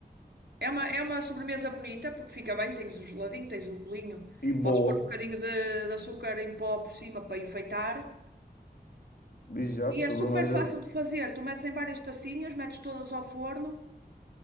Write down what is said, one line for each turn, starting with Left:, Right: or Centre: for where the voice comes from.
Right: É uma, é uma sobremesa bonita porque fica bem, tens o geladinho, tens o bolinho,
Left: E boa.
Right: podes pôr um bocadinho de, de açúcar em pó por cima para enfeitar.
Left: Exato,
Right: E é
Left: sobremesa.
Right: super fácil de fazer. Tu metes em várias tacinhas, metes todas ao forno.